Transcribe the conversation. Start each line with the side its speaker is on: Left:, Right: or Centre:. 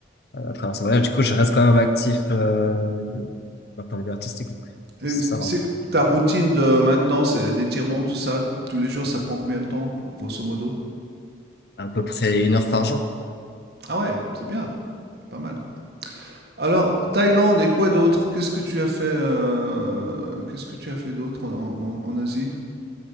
Left: à travers ce voyage. Du coup, je reste quand même actif euh, d'un point de vue artistique. donc
Right: Et
Left: Ça va
Right: c'est
Left: encore.
Right: ta routine de maintenant, c'est d'étirement, tout ça, tous les jours, ça prend combien de temps, grosso modo?
Left: À peu près une heure par jour.
Right: Ah ouais, c'est bien, pas mal. Alors, Thaïlande et quoi d'autre? Qu'est-ce que tu as fait, euh, qu'est-ce que tu as fait d'autre en, en- en Asie?